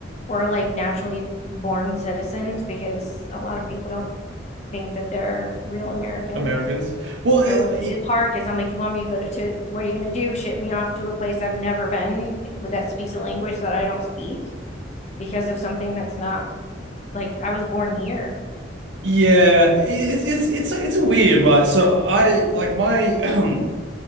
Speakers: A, on the left (about 35°); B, on the right (about 75°).
A: or like naturally born citizens because a lot of people don't think that they're real Americans.
B: Americans. Well, it,
A: So
B: it-
A: it is hard because I'm like, you want me to go to, to what are you going to do? Ship me off to a place I've never been with that speaks a language that I don't speak because of something that's not like I was born here.
B: yeah, it's it's it's a- it's a weird, right? So I like my <clears throat>